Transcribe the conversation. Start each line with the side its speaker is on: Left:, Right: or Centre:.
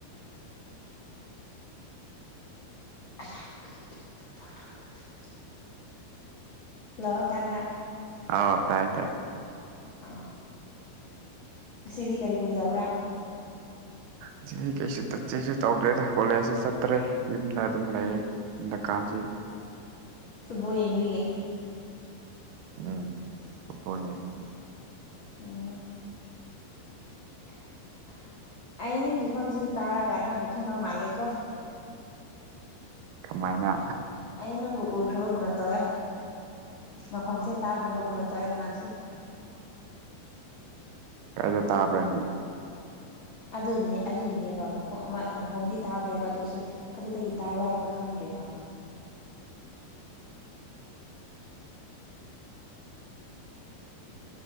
Left: ꯑꯜ ꯍꯥ ꯌ ꯄꯥꯇꯣꯏ ꯍꯜꯂꯣ ꯇꯥꯕ꯭ꯔ
Right: ꯍꯧ ꯇꯥꯏ ꯇꯥꯏꯌꯦ
Left: ꯑꯣ ꯉꯥꯁꯤꯗꯤ ꯀꯔꯤ ꯀꯔꯤ ꯇꯧꯕ꯭ꯔꯥ
Right: ꯑꯁꯤ ꯑꯩ ꯀꯩꯁꯨ ꯆꯠꯆꯦꯁꯨ ꯇꯧꯗ꯭ꯔꯦꯗ ꯀꯣꯂꯦꯖꯁꯨ ꯆꯠꯇ꯭ꯔꯦ ꯌꯨꯝꯗ ꯑꯗꯨꯝ ꯂꯩꯔꯦ ꯍꯟꯗꯛ ꯀꯥꯟꯁꯤ
Left: ꯐꯨꯠꯕꯣꯜ ꯌꯦꯡꯕꯒꯤ
Right: ꯎꯝ ꯐꯨꯠꯄꯣꯜ ꯌꯦꯡꯕꯥ ꯒꯤ꯫
Left: ꯎ ꯦ <unintelligible> ꯑꯩ ꯅꯪꯒꯤ ꯈꯣꯟꯖꯦꯜ ꯁꯤ ꯇꯥꯔꯒ ꯅꯪꯕꯨ ꯈꯪꯕ ꯃꯥꯜꯂꯦꯀꯣ
Right: ꯀꯃꯥꯏꯅꯥ
Left: ꯑꯩ ꯅꯪꯕꯨ ꯎꯈ꯭ꯔꯕꯒꯨꯝꯅ ꯇꯧꯋꯦ ꯃꯈꯣꯡꯁꯦ ꯇꯥꯈ꯭ꯔꯕꯒꯨꯝꯅ ꯇꯧꯋꯦ ꯅꯍꯥꯟꯁꯨ
Right: ꯀꯥꯏꯗ ꯇꯥꯕ꯭ꯔꯅꯤ
Left: ꯑꯗꯨꯅꯦ ꯑꯗꯨꯒꯤꯅꯦꯕ ꯃꯈꯣꯡꯗꯤ ꯊꯥꯈ꯭ꯔꯦꯕ ꯑꯗꯨꯁꯨ ꯑꯗꯨꯗꯒꯤ ꯇ꯭ꯕꯔꯥ ꯍꯥꯏꯕꯥꯗꯣ ꯈꯪꯗ꯭ꯔꯦꯕ ꯃꯥ <unintelligible>